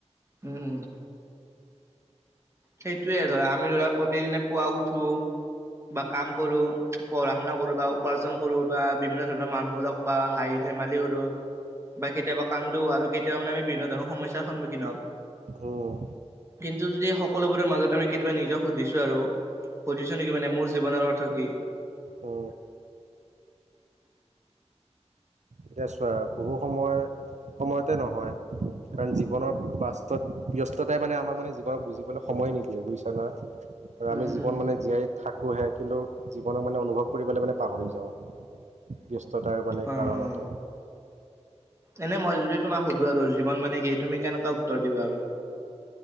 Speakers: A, on the right; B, on the right.
A: উম উম। সেইটোয়ে আৰু আমি ধৰা প্ৰতিদিনে পুৱা উঠো। বা কাম কৰো পঢ়া শুনা কৰো বা উপাৰ্জন কৰো বা বিভিন্ন ধৰণৰ মানুহ লগ বা হাই। ধেমালি কৰো। বা কেতিয়াবা কান্দো আৰু কেতিয়াবা মানে আমি বিভিন্ন ধৰণৰ সমস্যাৰ সন্মুখীন হওঁ।
B: উম,
A: কিন্তু যদি। সকলোবোৰৰে মাজতে আমি কেতিয়াবা নিজক সুধিছো আৰু সুধিছো নেকি মানে মোৰ জীৱনৰ অৰ্থ কি?
B: অ।
A: <unintelligible>
B: এতিয়া চোৱা বহু সময়। সময়তে নহয় কাৰণ জীৱনৰ বাস্ত ব্যস্ততাই মানে আমাক মানে জীৱন বুজিবলৈ সময়। সময় নিদিয়ে বুজিছা না আৰু
A: উম
B: আমি জীৱন
A: উম।
B: মানে জীয়াই। থাকোঁহে কিন্তু জীৱনক মানে অনুভৱ কৰিবলৈ মানে পাহৰি যাওঁ ব্যস্ত। ব্যস্ততাৰ মানে
A: অ
B: কাৰণতে।
A: অ এনে মই যদি তোমাক সুধো আৰু জীৱন মানে কি তুমি কেনেকুৱা উত্তৰ দিবা আৰু।